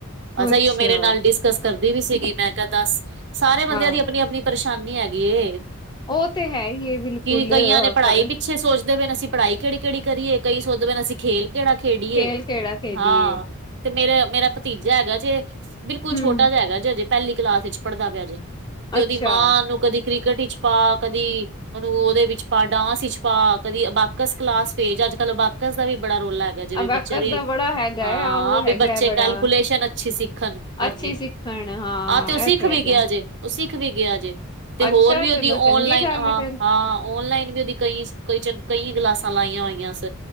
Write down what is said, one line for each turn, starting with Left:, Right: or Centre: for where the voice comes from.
Right: ਬਸ
Left: ਅੱਛਾ
Right: ਐਈਓ ਮੇਰੇ ਨਾਲ ਡਿਸ ਕਸ ਕਰਦੀ ਵੀ ਸੀਗੀ ਮੈਂ ਕਿਆ ਦਸ, ਸਾਰੇ ਬੰਦਿਆਂ
Left: ਹਾਂ
Right: ਦੀ ਅਪਣੀ -ਅਪਣੀ ਪਰੇਸ਼ਾਨੀ ਹੈਗੀ ਏ।
Left: ਉਹ ਤੇ ਹੈ ਹੀ ਏ ਬਿਲਕੁਲ
Right: ਕਿ ਕਈਆਂ ਨੇ ਪੜ੍ਹਾਈ
Left: ਪਰ
Right: ਪਿੱਛੇ ਸੋਚਦੇ ਪਏ ਨੇ, ਅਸੀਂ ਪੜ੍ਹਾਈ ਕੇੜ੍ਹੀ-ਕੇੜੀ ਕਰੀਏ, ਕਈ ਸੋਚਦੇ ਪਏ ਨੇ ਅਸੀਂ ਖੇਲ ਕੇੜਾ ਖੇਡੀਏ
Left: ਖੇਲ ਕਿਹੜਾ ਖੇਲੀਏ
Right: ਹਾਂ। ਤੇ ਮੇਰਾ, ਮੇਰਾ ਭਤੀਜਾ ਹੈਗਾ ਜੇ ਬਿਲਕੁਲ
Left: ਹੂੰ
Right: ਛੋਟਾ ਜਾ ਹੈਗਾ ਜੇ ਅਜੇ ਪੈਲੀ ਕਲਾਸ ਏਚ ਪੜ੍ਹਦਾ ਪਿਆ ਜੇ, ਤੇ
Left: ਅੱਛਾ
Right: ਉਦੀ ਮਾਂ ਉਨੂੰ ਕਦੀ ਕ੍ਰਿਕਟ ਇਚ ਪਾ, ਕਦੀ ਉਨੂੰ ਓਦੇ ਵਿੱਚ ਪਾ ਡਾਂਸ ਇਚ ਪਾ, ਕਦੀ ਅਬਾਕਸ ਕਲਾਸ ਭੇਜ ਅੱਜ ਕੱਲ੍ਹ ਅਬਾਕਸ ਦਾ ਵੀ ਬੜਾ ਰੋਲਾ ਹ ਹੈਗਾ ਜਿਵੇਂ
Left: ਅਬੈਕਸ
Right: ਬੱਚਿਆਂ ਦੀ,
Left: ਦਾ ਬੜਾ ਹੈਗਾ
Right: ਹਾਂ
Left: ਹੈ ਆਹੋ
Right: ਵੀ
Left: ਹੈਗਾ
Right: ਬੱਚੇ
Left: ਹੈ
Right: ਕੈਲਕੂਲੇਸ਼ਨ
Left: ਬੜਾ
Right: ਅੱਛੀ ਸਿੱਖਨ ਕਰਨੀ।
Left: ਅੱਛੀ ਸਿੱਖਣ ਹਾਂ
Right: ਆਹ ਤੇ ਓ
Left: ਇਹ
Right: ਸਿੱਖ ਵੀ
Left: ਹੈਗਾ
Right: ਗਿਆ ਜੇ, ਓ ਸਿੱਖ ਵੀ ਗਿਆ ਜੇ। ਤੇ ਹੋਰ
Left: ਅੱਛਾ
Right: ਵੀ ਉਦੀ
Left: ਚਲੋ
Right: ਔਨਲਾਈਨ,
Left: ਚੰਗੀ ਗੱਲ
Right: ਹਾਂ-ਹਾਂ
Left: ਫੇਰ
Right: ਔਨਲਾਈਨ ਵੀ ਉਦੀ ਕਈਸ, ਕਈ -ਕਈ ਕਲਾਸਾਂ ਲਾਈਆਂ ਹੋਈਆਂ ਸ